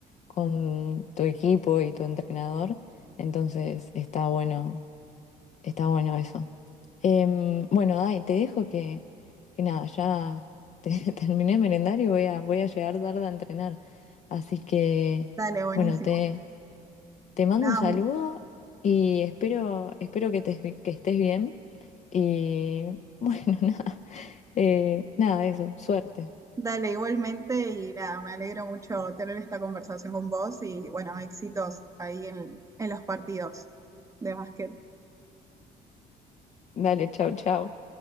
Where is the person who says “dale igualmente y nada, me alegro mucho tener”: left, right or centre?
Right